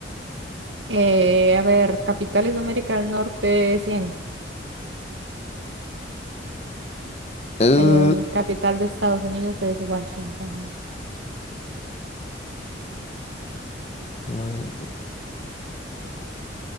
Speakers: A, on the right; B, on the left.
A: Eh, a ver, capitales de América del Norte, 100.
B: Uh,
A: Eh, capital de Estados Unidos es Washington.
B: muy bien.